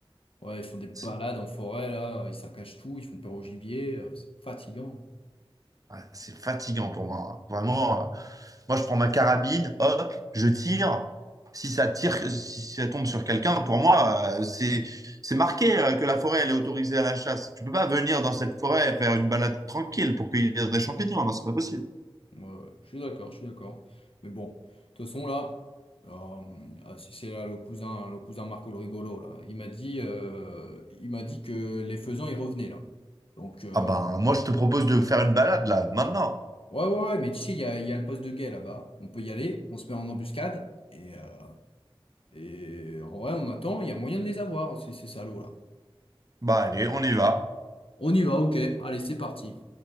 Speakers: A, on the left (about 75°); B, on the right (about 40°).
A: Ouais, ils font des balades
B: C'est
A: en forêt, là, ils saccagent tout, ils font peur au gibier, euh, c'est fatigant.
B: ouais, c'est fatigant pour moi. hein. Vraiment, euh, moi, je prends ma carabine, hop, je tire. Si ça tire, si ça tombe sur quelqu'un, pour moi, euh, c'est c'est marqué euh, que la forêt, elle est autorisée à la chasse. Tu peux pas venir dans cette forêt et faire une balade tranquille pour cueillir des champignons. Non, c'est pas possible.
A: Ouais, ouais, je suis d'accord, je suis d'accord. Mais bon, de toute façon, là, alors, ah, si c'est là le cousin, le cousin Marco le rigolo, là, il m'a dit, euh, il m'a dit que les faisans, ils revenaient, là. Donc, euh,
B: Ah ben, moi, je te propose de faire une balade là, maintenant.
A: ouais, ouais, ouais, mais tu sais, il y a, il y a le poste de guet là-bas. On peut y aller, on se met en embuscade, et, euh, et en vrai, on attend, il y a moyen de les avoir, ces, ces salauds, là.
B: Bah allez, on y va.
A: On y va, ok, allez, c'est parti.